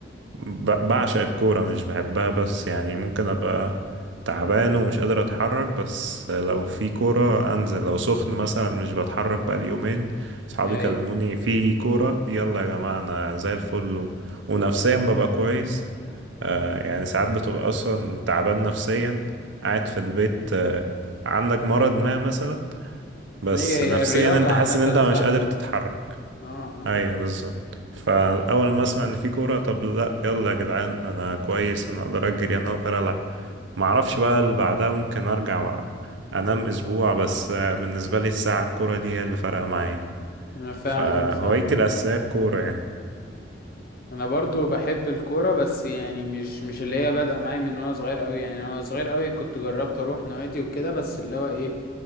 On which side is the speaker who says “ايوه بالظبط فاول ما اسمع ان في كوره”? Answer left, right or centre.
Right